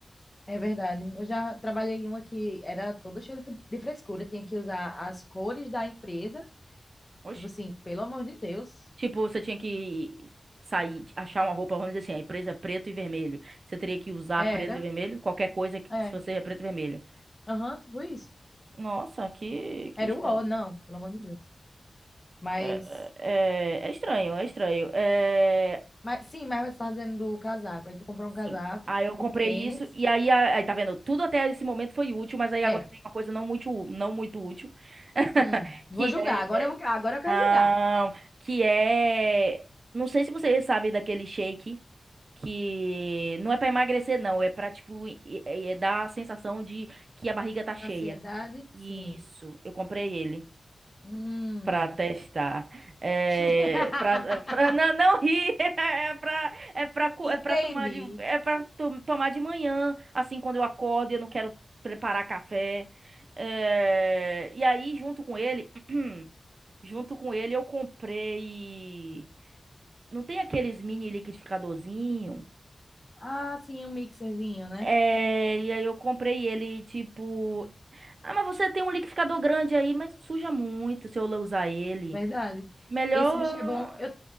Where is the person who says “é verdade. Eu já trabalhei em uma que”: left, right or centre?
Left